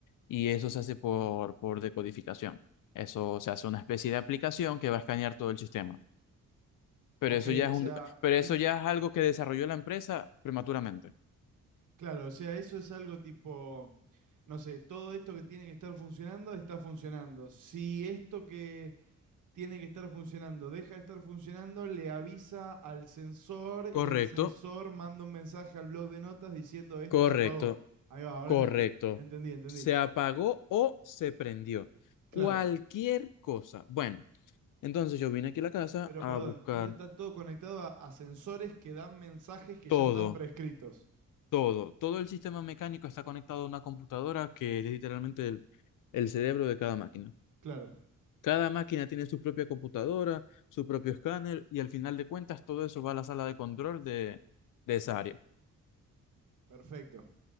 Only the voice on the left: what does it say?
y eso se hace por, por decodificación. Eso se hace una especie de aplicación que va a escanear todo el sistema. Pero
eso ya
es
un, pero
eso ya es algo que desarrolló la empresa prematuramente.
Correcto,
correcto,
correcto.
Se apagó o se prendió. Cualquier
cosa. Bueno, entonces yo vine aquí a la casa
a
buscar
todo,
todo. Todo el sistema mecánico está conectado a una computadora que es literalmente el, el cerebro de cada máquina.
Cada máquina tiene su propia computadora, su propio escáner y al final de cuentas todo eso va a la sala de control de, de esa área.